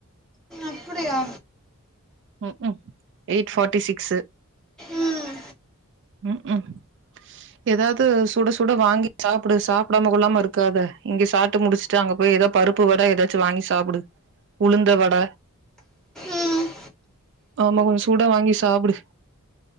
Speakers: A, in the centre; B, on the right (about 55°).
A: அப்படியா
B: ம் க்கு எய்ட் ஃபாட்டி சிக்ஸ்சு
A: ம்
B: ம் க்கு எதாவது சுட சுட வாங்கி சாப்புடு சாப்டாம கொல்லாம இருக்காத இங்க சாப்டு முடிச்சுட்டு அங்க போய் எதோ பருப்பு வட எதாச்சோ வாங்கி சாப்புடு உளுந்த வட
A: ம்
B: ஆமா கொஞ்சோ சூடா வாங்கி சாப்புடு